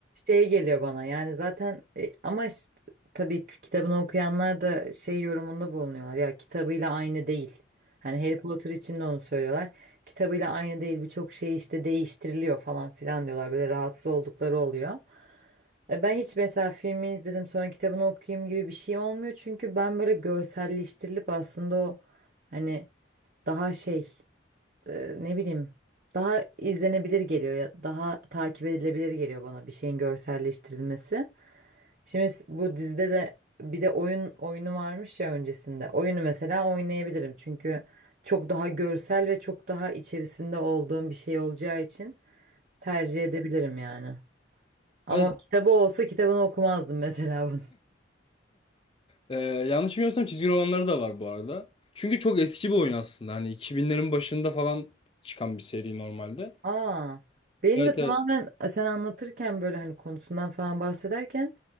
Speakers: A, on the right; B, on the left.
A: şey geliyor bana yani zaten e, ama işte, tabii ki kitabını okuyanlar da şey yorumunda bulunuyorlar ya kitabıyla aynı değil. Hani Harry Potter için de onu söylüyorlar. Kitabıyla aynı değil birçok şey işte değiştiriliyor falan filan diyorlar. Böyle rahatsız oldukları oluyor. E, Ben hiç mesela filmi izledim sonra kitabını okuyayım gibi bir şeyim olmuyor. Çünkü ben böyle görselleştirilip aslında o hani daha şey e, ne bileyim daha izlenebilir geliyor ya daha takip edilebilir geliyor bana bir şeyin görselleştirilmesi. Şimdi s- bu dizide de bir de oyun oyunu varmış ya öncesinde. Oyunu mesela oynayabilirim çünkü çok daha görsel ve çok daha içerisinde olduğum bir şey olacağı için tercih edebilirim yani. Ama
B: Evet,
A: kitabı olsa kitabını okumazdım <laughs> mesela bunu.
B: e, yanlış bilmiyorsam çizgi romanları da var bu arada. Çünkü çok eski bir oyun aslında. Hani 2000'lerin başında falan çıkan bir seri normalde.
A: Aa, benim
B: Evet
A: de tamamen
B: evet.
A: sen anlatırken böyle hani konusundan falan bahsederken